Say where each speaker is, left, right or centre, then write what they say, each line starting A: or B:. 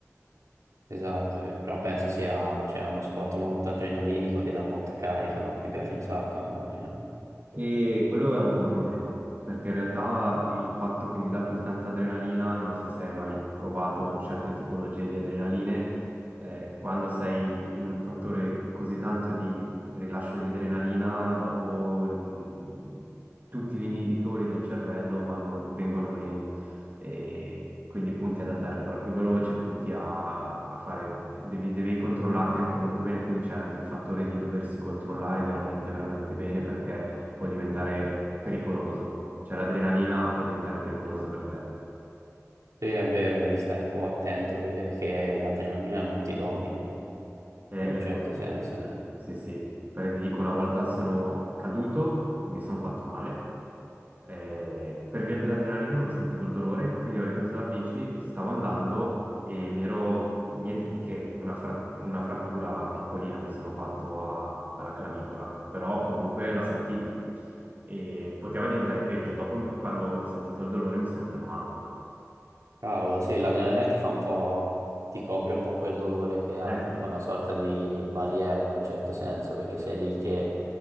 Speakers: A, on the right; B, on the right.
A: esatto, eh, però penso sia, cioè, uno sport molto adrenalinico, ti dà molta carica, no? Ti piace un sacco, immagino.
B: E quello è un po' un problema, perché in realtà il fatto che ti dà così tanta adrenalina, non so se hai mai provato certe tipologie di adrenaline, eh, quando sei in un fattore così tanto di rilascio di adrenalina, dopo mm, tutti gli inibitori del cervello vanno- vengono meno. E quindi punti ad andare ancora più veloce, punti a, a fare, devi, devi controllarti anche molto bene, quindi c'è anche il fattore di doversi controllare veramente, veramente bene perché può diventare pericoloso. Cioè l'adrenalina può diventare pericolosa per te.
A: Sì, è vero, devi stare un po' attento perché l'adrenalina non ti domini,
B: Eh,
A: in un
B: esatto.
A: certo senso.
B: Mm, sì, sì. Perché ti dico, una volta sono caduto, mi sono fatto male. eh, per via dell'adrenalina non sentivo il dolore, quindi ho ripreso la bici, stavo andando e mi ero niente di che, una, fra- una frattura piccolina mi sono fatto a- alla clavicola, però comunque la sentivi e poteva diventare peggio. Dopo, quando ho sentito il dolore, mi sono fermato.
A: Cavolo, sì, l'adrenalina ti fa un po', ti copre un po' quel dolore che hai,
B: Eh
A: un
B: sì.
A: po' una sorta di barriera in un certo senso, perché sei lì che